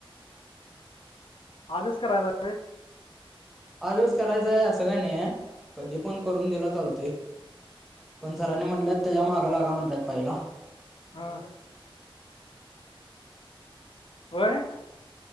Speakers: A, on the left; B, in the centre.
A: आजच करायचय.
B: आजच करायचं आहे असं काय, ना य कधी पण करून दिला चालतय. पण सरांनी म्हटल्यात त्याच्या मागाला लागा म्हटल्यात पहिला.
A: हा व्हय?